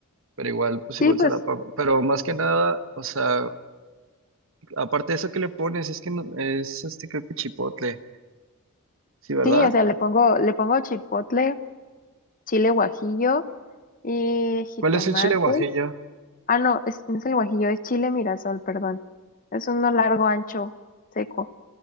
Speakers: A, on the right; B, on the left.
A: pero igual, pues
B: Sí,
A: igual
B: pues
A: se la pongo. Pero más que nada, o sea, Aparte de eso que le pones, es que no- es este creo que chipotle, sí, ¿verdad?
B: sí, o sea, le pongo, le pongo chipotle chile guajillo y jitomates.
A: ¿Cuál es el chile guajillo?
B: Ah, no, es, no es el guajillo, es chile mirasol, perdón. Es uno largo, ancho, seco.